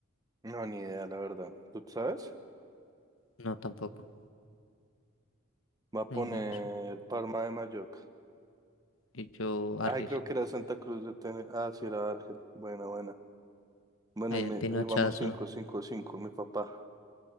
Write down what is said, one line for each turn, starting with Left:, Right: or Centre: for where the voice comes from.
Right: no, ni idea, la verdad, ¿tú sabes?
Left: No, tampoco.
Right: Va a
Left: Miguel
Right: poner
Left: de Cervantes.
Right: Parma de Mallorca,
Left: Y yo,
Right: ay,
Left: Argel.
Right: creo que era Santa Cruz de Tenerife, ah, sí, era Argel, buena, buena, bueno,
Left: Ahí
Right: y
Left: el
Right: me,
Left: pinochazo.
Right: ahí vamos 5 5 5, mi papá,